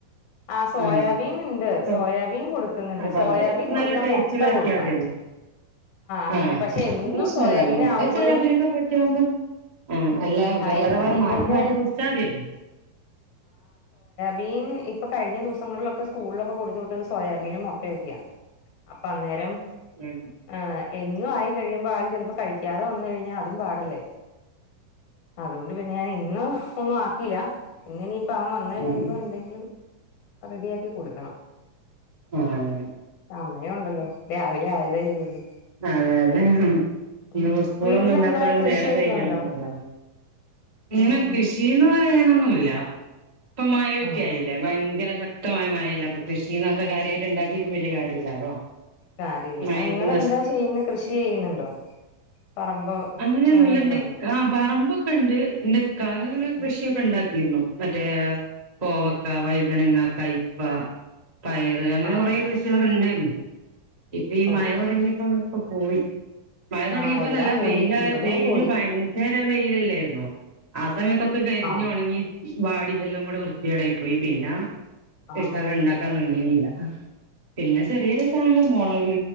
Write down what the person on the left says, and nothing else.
ആ സോയാബീൻ
ഉണ്ട്
സോയാബീൻ കൊടുക്കുന്നുണ്ട്
സോയാബീൻ
കൊടുക്കാം
മുട്ട കൊടുക്കാം
അങ്ങനെ
പക്ഷെ എന്നും
സോയാബീൻ
ആവുമ്പോഴും
എ-
ഇവന്
ബീൻ ഇപ്പൊ കഴിഞ്ഞ ദിവസങ്ങളിലൊക്കെ സ്കൂളിലൊക്കെ കൊടുത്തോട്ടത് സോയാബീനും മുട്ടൊക്കെയാണ് അപ്പൊ അന്നേരം
ഏഹ്, എന്നും ആയി കഴിയുമ്പോ ആള് ചിലപ്പോൾ കഴിക്കാതെ വന്നു കഴിഞാ അതും പാടല്ലേ അതുകൊണ്ട് പിന്നെ ഞാൻ ഇന്ന ഒന്നും ആക്കിയില്ല ഇന്ന ഇിനയിപ്പ അവൻ വന്ന കഴിയുമ്പോ
എന്തെങ്കിലും റെഡിയാക്കി കൊടുക്കണം
അമ്മയ ഉണ്ടല്ലോ രാവിലെ ആയതല്ലേ ഉള്ളൂ
ഉം
വീട്ടിലെന്താ
കൃഷിയൊക്കെ
ഉണ്ടോ
ഉം
ഉം
കാര്യമില്ല
നിങ്ങെളന്താ ചെയ്യുന്നത് കൃഷി ചെയ്യുന്നുണ്ടോ പറമ്പോ
അങ്ങനെയൊക്കെ
ഉണ്ടോ
ഉം,
ആ ആ
ആ
ഓ
ആ എല്ലാം
പോയി
ഇവിടെയും
പോയി
ആ
ആ